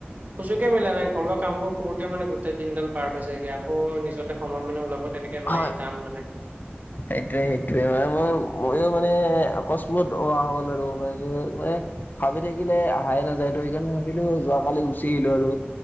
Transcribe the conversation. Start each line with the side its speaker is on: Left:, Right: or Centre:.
Right: সুযোগে মিলা নাই ঘৰুৱা কামবোৰ কৰোতে মানে গোটেই দিনডাল পাৰ হৈ যায় গে আকৌ নিজলে সময় মানে ওলাব তেনেকে নোৱাৰি
Left: হয়,
Right: টান মানে
Left: সেইটোৱে সেইটোৱে মই ম মানে অকস্মাত অহা হ'ল আৰু মানে, ভাবি থাকিলে আহাই নাযায় ত সেইকাৰণে গৈছিলো, যোৱাকালি গুচি আহিলো আৰু।